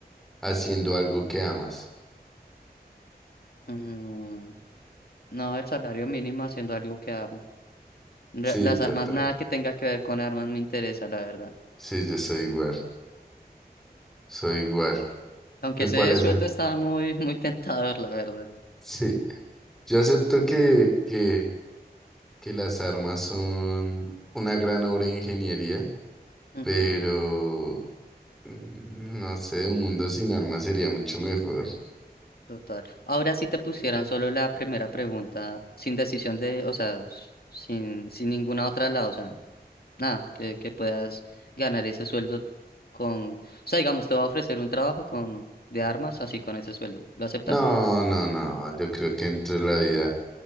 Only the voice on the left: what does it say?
Mm, no, el salario mínimo haciendo algo que amo. Ra-
Las
armas, nada que tenga que ver con armas me interesa, la verdad.
Aunque
ese
sueldo está muy, muy <laughs> tentador, la verdad.
Ujú,
Total. Ahora si te pusieran solo la primera pregunta, sin decisión de, o sea, s- sin, sin ninguna otra al lado, o sea. nada, que, que puedas ganar ese sueldo con, o sea, digamos, te va a ofrecer un trabajo con de armas así con ese sueldo. ¿Lo aceptas?